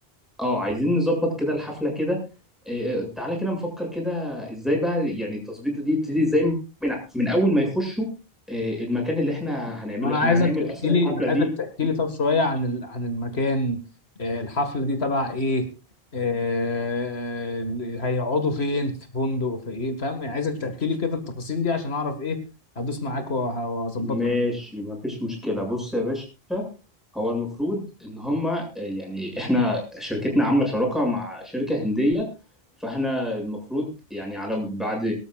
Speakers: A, in the centre; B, on the left.
A: اه عايزين نظبط كده الحفلة كده آه، آه، تعالى كده نفكر كده ازاي بقى يعني التظبيطة دي تبتدي ازاي من من اول ما يخشوا آه، المكان اللي احنا هنعمله
B: وانا
A: احنا
B: عايزك
A: هنعمل
B: تحكي
A: اصلا الحفلة
B: لي انا
A: دي
B: عايزك تحكي
A: <laughs>
B: لي طب شوية عن ال... عن المكان آه الحفلة دي تبع ايه آه ال- هيقعدوا فين في فندق في ايه فاهم يعني عايزك تحكي لي كده التفاصيل دي عشان اعرف ايه هدوس معاك وه- وهظبطك
A: ماشي مفيش مشكلة بص يا باشا هو المفروض ان هما آه، يعني احنا شركتنا عاملة شراكة مع شركة هندية فاحنا المفروض يعني على بعد